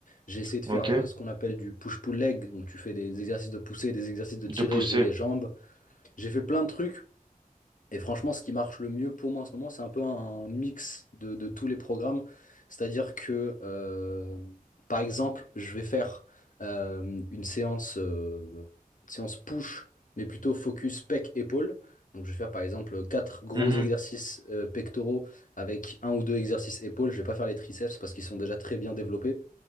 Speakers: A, on the left (about 60°); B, on the right (about 30°).
A: J'ai essayé de faire
B: Ok.
A: euh, ce qu'on appelle du push-pull leg, donc tu fais des exercices de poussée, des exercices de tirer
B: De pousser.
A: et les jambes. J'ai fait plein de trucs, Et franchement, ce qui marche le mieux pour moi en ce moment, c'est un peu un mix de, de tous les programmes. C'est-à-dire que, euh, par exemple, je vais faire euh, une séance, euh, une séance push, mais plutôt focus pec-épaule. Donc, je vais faire par exemple quatre gros
B: Mhm.
A: exercices euh, pectoraux avec un ou deux exercices épaules. Je vais pas faire les triceps parce qu'ils sont déjà très bien développés.